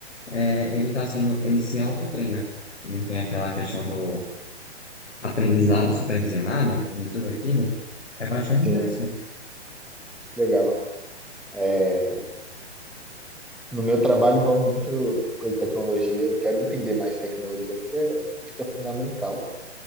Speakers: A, on the left; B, in the centre.
A: é, ele tá sendo, ele se autotreina. Não tem aquela questão do aprendizado supervisionado, de tudo aquilo. É bastante interessante.
B: sim, legal. É, no meu trabalho envolve muito coisa de tecnologia. Eu quero entender mais tecnologia, porque é- acho que é fundamental